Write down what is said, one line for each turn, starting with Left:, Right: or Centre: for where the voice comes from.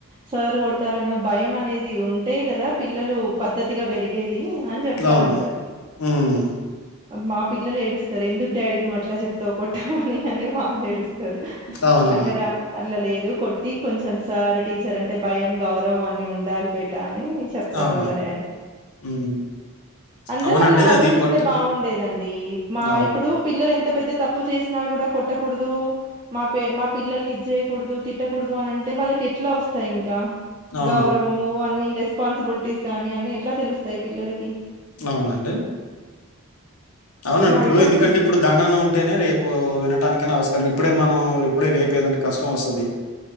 Right: సార్ కొడతారనో భయం అనేది ఉంటే కదా పిల్లలు పద్ధతిగా పెరిగేది అని చెప్తా
Left: అవును.
Right: ఉంటారు
Left: హ్మ్.
Right: మా పిల్లలు ఏడుస్తారు ఎందుకు డాడీ నువ్వు అట్లా చెప్తావు కొట్టామని అని వాళు ఏడుస్తారు
Left: అవునా!
Right: అట్లాగా అట్లా లేదు కొట్టి కొంచెం సార్ టీచర్ అంటే భయం గౌరవం అన్ని ఉండాలి బట్ అని చెప్తారు
Left: అవునవును.
Right: వాళ్ళ డాడీ
Left: హ్మ్.
Right: అందరూ
Left: అవునండి.
Right: అలా ఆలోచిస్తే
Left: అది కొట్ట
Right: బాగుండేదండి మా
Left: అవును.
Right: ఇప్పుడు పిల్ల పిల్లలు ఎంత పెద్ద తప్పు చేసినా కూడా కొట్టకూడదు మా మా పిల్లల్ని ఇది చేయకూడదు తిట్టకూడదు అంటే వాళ్ళకి ఎట్లా వస్తాయి ఇంకా
Left: అవును.
Right: గౌరవం రెస్పాన్సిబిలిటీస్ కానీ అన్ని ఎట్లా తెలుస్తాయి పిల్లలకి
Left: అవునండి. అవునండి
Right: అట్లా
Left: ఇప్పుడు
Right: అయిపోతుంది.
Left: ఎందుకంటే ఇప్పుడు దండన ఉంటేనే రేపు వినటానికైనా అవస్కరం ఇప్పుడే మనం ఇప్పుడే రేపు ఏదైనా కష్టం వస్తుంది